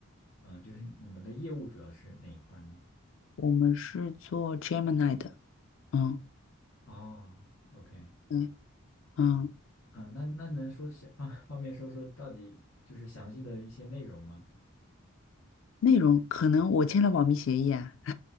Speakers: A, on the left (about 85°); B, on the left (about 65°).
A: 嗯、就是你们的业务主要是哪一块儿呢？
B: 我们是做 Gemini 的，嗯，
A: 哦，OK，
B: 对，嗯，
A: 啊，那那能说详方方便说说到底就是详细的一些内容吗？
B: 内容可能我签了保密协议啊，<laughs>